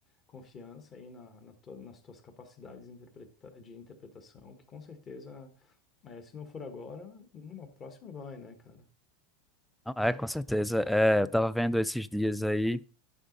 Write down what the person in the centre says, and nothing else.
Ah, É, com certeza. É, eu tava vendo esses dias aí,